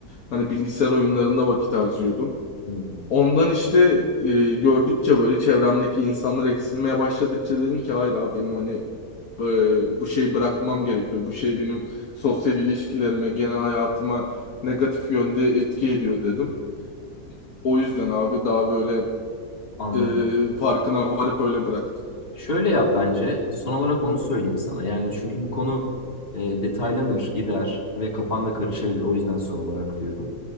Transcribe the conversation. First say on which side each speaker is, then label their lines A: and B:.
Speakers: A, on the left (about 65°); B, on the left (about 40°).
A: hani bilgisayar oyunlarında vakit harcıyordum.
B: Hı,
A: Ondan işte e, gördükçe böyle çevremdeki insanlar eksilmeye başladıkça dedim ki hayır abi benim hani e, bu şeyi bırakmam gerekiyor. Bu şey benim sosyal ilişkilerime, genel hayatıma negatif yönde etki ediyor dedim. O yüzden abi daha böyle
B: Anladım.
A: e, farkına varıp öyle bıraktım.
B: Şöyle yap bence. Son olarak onu söyleyeyim sana. Yani çünkü bu konu e, detaylanır, gider ve kafan da karışabilir. O yüzden son olarak diyorum.